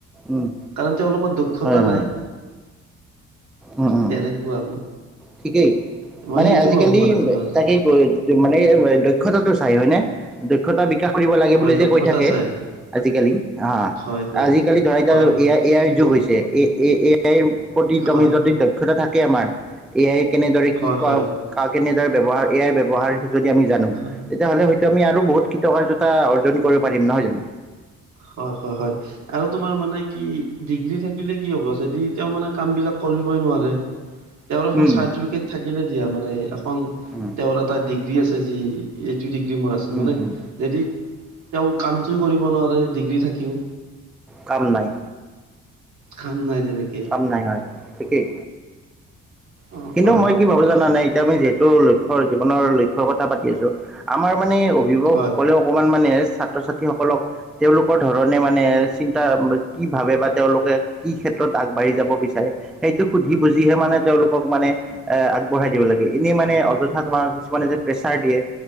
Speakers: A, in the centre; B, on the right.
A: উম
B: কাৰণ তেওঁ লোকৰ দক্ষতা
A: হয় হয়
B: নাই।
A: উম উম
B: তেনেকুৱা।
A: ঠিকেই।
B: মই
A: মানে
B: সেইটো
A: আজিকালি
B: ভাবো মানে তোমাৰ
A: তাকে প্ৰয় মানে দক্ষতাটো চাই হয় নে। দক্ষতা বিকাশ কৰিব লাগে
B: হয়
A: বুলি
B: দক্ষতা
A: যে কৈ থাকে।
B: চাই
A: আজিকালি আ
B: হয় হয়
A: আজিকালি ধৰা এতিয়া
B: হয়
A: এআই এআইৰ
B: ত
A: যুগ হৈছে। এ এ এআইৰ প্ৰতি
B: হয়
A: আমি যদি দক্ষতা থাকে আমাৰ। এ আই কেনেদৰে
B: হয়
A: কি কৰে
B: হয়
A: কাৰ কেনেদৰে ব্যৱহাৰ এ আইৰ ব্যৱহাৰ যদি আমি জানো।
B: ভাল।
A: তেতিয়াহ'লে হয়তো আমি আৰু বহুত কৃতকাৰ্যতা অৰ্জন কৰিব পাৰিম নহয় জানো।
B: হয়ঁ হয়ঁ হয়ঁ। আৰু তোমাৰ মানে কি ডিগ্ৰী থাকিলে কি হ'ব যদি তেওঁ মানে কাম বিলাক কৰিবই নোৱাৰে। <inaudible> তেওঁৰ এখন
A: উম
B: চাৰ্টিফিকেট থাকিলে দিয়া মানে এখন
A: উম
B: তেওঁৰ এটা ডিগ্ৰী আছে যি। এইটো ডিগ্ৰী মোৰ আছে
A: উম
B: মানে
A: উম
B: যদি তেওঁ কামটোৱে কৰিব নোৱাৰে ডিগ্ৰী থাকিও।
A: কাম নাই।
B: কাম নাই তেনেকে।
A: কাম নাই হয়, ঠিকেই
B: অ
A: কিন্তু
B: হয়
A: মই কি ভাবো জানা নে। এতিয়া আমি যিহেতু লক্ষ্যৰ জীৱনৰ লক্ষ্যৰ কথা পাতি আছো আমাৰ মানে অভিভাৱক
B: হয়
A: সকলেও। অকণমান মানে ছাত্ৰ-ছাত্ৰীসকলক। তেওঁলোকৰ ধৰণে মানে চিন্তা কি ভাবে বা তেওঁলোকে কি ক্ষেত্ৰ। ক্ষেত্ৰত আগবাঢ়ি যাব বিচাৰে সেইটো সুধি বুজিহে মানে। তেওঁলোকক মানে এ আগবঢ়াই দিব লাগে এনে মানে অযথা তোমাৰ কিছুমানে যে প্ৰেছ। প্ৰেচাৰ‌ দিয়ে